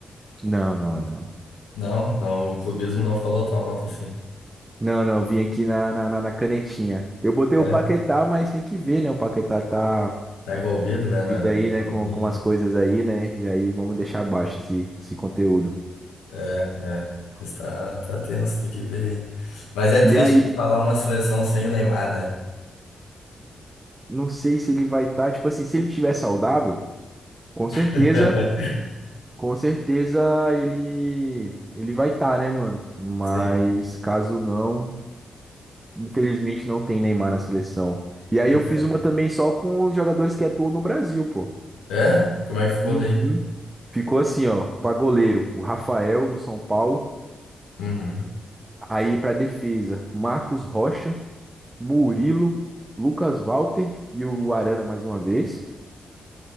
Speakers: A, on the right; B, on the left.
A: Não, não, não.
B: Não, não, o clubismo não falou tão alto assim.
A: Não, não, vim aqui na, na, na na canetinha. Eu botei
B: É,
A: o Paquetá, mas tem que ver, né? O Paquetá tá
B: tá envolvido, né, na
A: vindo aí,
B: coisa
A: né?
B: ruim.
A: Com, com as coisas aí, né? E aí vamos deixar abaixo esse, esse conteúdo.
B: É, é. Mas tá, tá tenso, tem que ver aí. Mas é triste
A: E aí.
B: falar uma seleção sem o Neymar, né?
A: Não sei se ele vai estar, tipo assim, se ele tiver saudável, com certeza,
B: <laughs>
A: com certeza ele ele vai estar, né, mano? Mas
B: Sim.
A: caso não, infelizmente não tem Neymar na seleção. E aí
B: Pois
A: eu fiz
B: é.
A: uma também só com os jogadores que atuam no Brasil, pô.
B: É? Como é que ficou
A: Uhum.
B: daí?
A: Ficou assim, ó, pra goleiro, o Rafael do São Paulo,
B: Uhum.
A: aí pra defesa, Marcos Rocha, Murilo, Lucas Walter e o Arana mais uma vez.